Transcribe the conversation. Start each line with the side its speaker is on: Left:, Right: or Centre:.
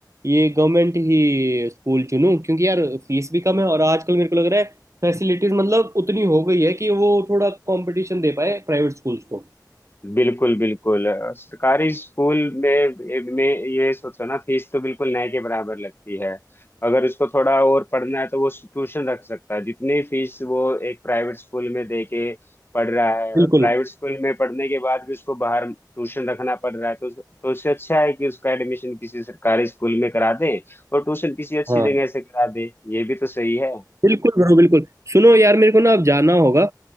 Right: ये गवर्नमेंट ही स्कूल चुनूँ क्योंकि यार फीस भी कम है और आजकल मेरे को लग रहा है फैसिलिटीज मतलब उतनी हो गई है कि वो थोड़ा कंपटीशन दे पाए प्राइवेट स्कूल्स को
Left: बिल्कुल बिल्कुल अ, सरकारी स्कूल में ए- में ये सोचो ना फीस तो बिल्कुल नए के बराबर लगती है अगर उसको थोड़ा और पढ़ना है तो वो ट्यूशन रख सकता है जितनी फीस वो एक प्राइवेट स्कूल में दे के पढ़ रहा है
Right: बिल्कुल
Left: और प्राइवेट स्कूल में पढ़ने के बाद भी उसको बाहर ट्यूशन रखना पड़ रहा है तो तो उससे अच्छा है कि उसका एडमिशन किसी सरकारी स्कूल में करा दे और ट्यूशन किसी अच्छी
Right: हाँ
Left: जगह से करा दे ये भी तो सही है
Right: बिल्कुल ब्रो बिल्कुल सुनो यार मेरे को ना अब जाना होगा